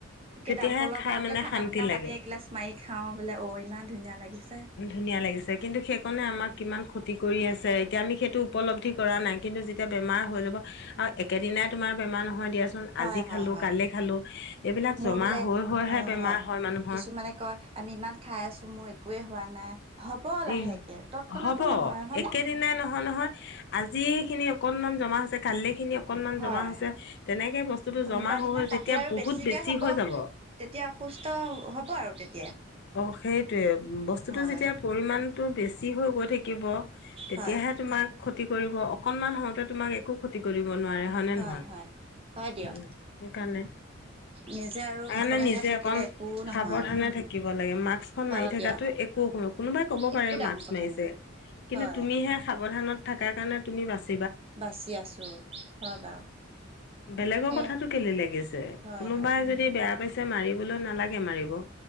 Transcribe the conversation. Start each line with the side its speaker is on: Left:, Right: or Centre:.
Right: একে
Left: তেতিয়াহে
Right: দামকল
Left: খাই
Right: বা বোলে
Left: মানে
Right: ঠাণ্ডা
Left: শান্তি
Right: ঠাণ্ডা
Left: লাগে।
Right: পানী এগিলাছ মাৰি খাওঁ বোলে অ' ইমান ধুনীয়া লাগিছ
Left: ধুনীয়া লাগিছে কিন্তু সেইকণে আমাক কিমান ক্ষতি কৰি আছে এতিয়া আমি সেইটো উপলব্ধি কৰা নাই কিন্তু যেতিয়া বেমাৰ হৈ যাব <unintelligible> একেদিনাই তোমাৰ বেমাৰ নহয় দিয়াচোন
Right: হয়
Left: আজি
Right: হয়
Left: খালো
Right: হয়
Left: কালি খালো এইবিলাক
Right: মোৰ
Left: জমা
Right: বোলে
Left: হৈ হৈহে
Right: অ
Left: <unintelligible>
Right: হয়,
Left: মানুহৰ
Right: কিছুমানে কয় আমি ইমান খাই আছো মোৰ একোৱে হোৱা নাই। হ'ব লাহেকে
Left: এই,
Right: তৎক্ষণাতো
Left: হ'ব
Right: নহয় হয়নে?
Left: একেদিনাই নহয় নহয়। আজিখিনি অকণমান জমা হৈছে কাললৈখিনি অ কনমান
Right: হয়।
Left: জমা হৈছে। তেনেকে বস্তুটো
Right: কোনোবা
Left: জমা হৈ
Right: দিনা
Left: হৈ
Right: তাতে
Left: যেতিয়া
Right: আৰু
Left: বহুত
Right: বেছিকে
Left: বেছি
Right: হ'ব
Left: হৈ যাব।
Right: তেতিয়া অসুস্থ হ'ব আৰু তেত
Left: অ' সেইটোৱে বস্তুটো
Right: হয়
Left: যেতিয়া পৰিমাণটো বেছি হৈ গৈ থাকিব তেতিয়া
Right: হয়
Left: হে তোমাক ক্ষতি কৰিব। অকনমান হওঁতে তোমাক একো ক্ষতি কৰি নোৱৰে হয়নে
Right: হয়
Left: নহয়?
Right: হয় হয় দিয়ক।
Left: উ সেইকাৰণে।
Right: নিজে আৰু
Left: আগলে
Right: সাৱধানে
Left: নিজে
Right: থাকিলে
Left: অকণ
Right: একো নহয়
Left: সাৱধানে
Right: আৰু
Left: থাকিব। <unintelligible> মাক্সখন
Right: হয়
Left: মাৰি থাকাটোৱে
Right: দিয়ক
Left: একো কোনো, কোনোবাই কব পাৰে
Right: একো
Left: এই
Right: ডাঙৰ
Left: মাক্স
Right: কথা
Left: মাৰিছে।
Right: নহয়
Left: কিন্তু,
Right: হয়।
Left: তুমিহে সাৱধানত থাকাৰ কাৰণে তুমি বাচ
Right: বাচি আছো, হয় বাৰু।
Left: বেলেগৰ
Right: সেয়া
Left: কথাটো কেলে লাগিছে,
Right: হয়
Left: কোনোবাই
Right: হয়
Left: যদি বেয়া পাইছে মাৰিবলৈ, নালাগে মাৰিব।